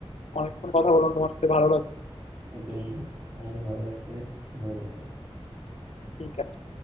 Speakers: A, on the left; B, on the right.
A: অনেকক্ষণ কথা বললাম তোমার সাথে ভালো লাগলো
B: ওকে বন্ধু আমারও ভালো লাগছে ভালো থাকো
A: ঠিক আছে